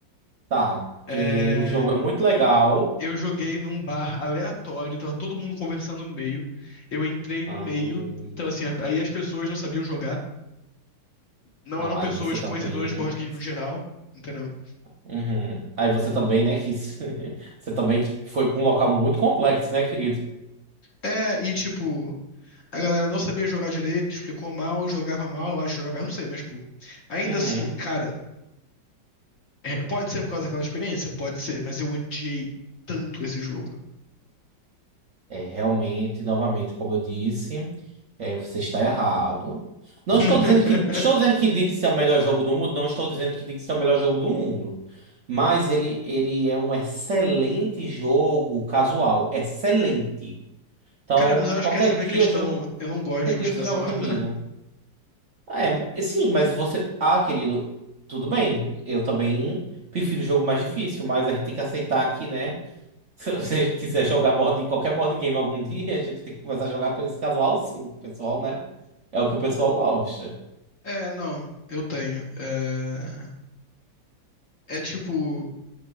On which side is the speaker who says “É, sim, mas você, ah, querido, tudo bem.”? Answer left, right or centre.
Right